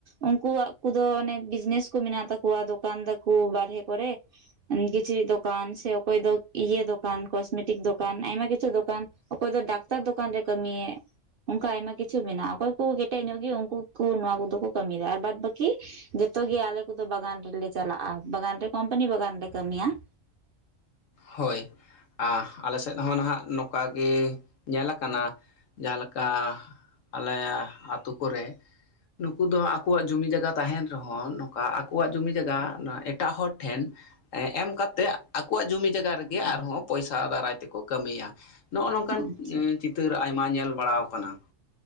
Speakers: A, on the right; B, on the left.
A: ᱩᱱᱠᱩᱣᱟᱜ ᱠᱚᱫᱚ ᱚᱱᱮ ᱵᱤᱡᱽᱱᱮᱥ ᱠᱚ ᱢᱮᱱᱟᱜ ᱛᱟᱠᱚᱣᱟ ᱫᱚᱠᱟᱱ ᱫᱟᱠᱩ ᱵᱟᱨᱦᱮ ᱠᱚᱨᱮ ᱾ ᱠᱤᱪᱷᱨᱤᱡ ᱫᱚᱠᱟᱱ ᱥᱮ ᱚᱠᱚᱭ ᱫᱚ ᱤᱭᱟᱹ ᱫᱚᱠᱟᱱ, ᱠᱚᱥᱢᱮᱴᱤᱠ ᱫᱚᱠᱟᱱ ᱟᱭᱢᱟ ᱠᱤᱪᱷᱩ ᱫᱚᱠᱟᱱ ᱚᱠᱚᱭ ᱫᱚ ᱰᱟᱠ ᱛᱟᱨ ᱫᱚᱠᱟᱱ ᱨᱮ ᱠᱟᱹᱢᱤᱭᱮ ᱚᱱᱠᱟ ᱟᱭᱢᱟ ᱠᱤᱪᱷᱩ ᱢᱮᱱᱟᱜᱼᱟ ᱾ ᱚᱠᱚᱭ ᱠᱚ ᱠᱮᱴᱮᱡ ᱧᱚᱜ ᱜᱮ ᱩᱱᱠᱩ ᱠᱚ ᱱᱚᱣᱟ ᱠᱚᱫᱚ ᱠᱚ ᱠᱟᱹᱢᱤᱭᱮᱫᱟ ᱟᱨ ᱵᱟᱫ ᱵᱟᱹᱠᱤ ᱡᱚᱛᱚᱮ ᱟᱞᱮ ᱠᱚᱫᱚ ᱵᱟᱜᱟᱱ ᱨᱮᱞᱮ ᱪᱟᱞᱟᱜᱼᱟ᱾ ᱵᱟᱜᱟᱱ ᱨᱮ ᱠᱚᱳᱢᱯᱟᱱᱤ ᱵᱟᱜᱟᱱ ᱨᱮᱞᱮ ᱠᱟᱹᱢᱤᱭᱟ ᱾
B: ᱦᱳᱭ ᱾ ᱟ ᱟᱞᱮ ᱥᱮᱫ ᱦᱚᱸ ᱱᱟᱦᱟᱸᱜ ᱱᱚᱝᱠᱟ ᱜᱮ ᱧᱮᱞ ᱟᱠᱟᱱᱟ ᱡᱟᱦᱟᱸᱞᱮᱠᱟ ᱟᱞᱮᱭᱟ ᱟᱹᱛᱩ ᱠᱚᱨᱮ ᱱᱩᱠᱩ ᱫᱚ ᱟᱠᱚᱣᱟᱜ ᱡᱩᱢᱤᱤ ᱡᱟᱜᱟ ᱛᱟᱦᱮᱸᱱ ᱨᱮᱦᱚᱸ ᱱᱚᱝᱠᱟ ᱟᱠᱚᱣᱟᱜ ᱡᱩᱢᱤᱤ ᱡᱟᱜᱟ ᱮᱴᱟᱜ ᱦᱚᱲ ᱴᱷᱮᱱ ᱮᱸ ᱮᱢ ᱠᱟᱛᱮᱜ ᱟᱠᱚᱣᱟᱜ ᱡᱩᱢᱤᱫ ᱡᱟᱜᱟ ᱨᱮᱜᱮ ᱟᱨᱦᱚᱸ ᱯᱚᱭᱥᱟ ᱫᱟᱨᱟᱭ ᱛᱮᱠᱚ ᱠᱟᱹᱢᱤᱭᱟ ᱱᱚᱜᱼᱚ ᱱᱚᱝᱠᱟᱱ
A: ᱟᱪᱪᱷᱟ
B: ᱩᱸ ᱪᱤᱛᱟᱹᱨ ᱟᱭᱢᱟ ᱧᱮᱞ ᱵᱟᱲᱟᱣ ᱠᱟᱱᱟ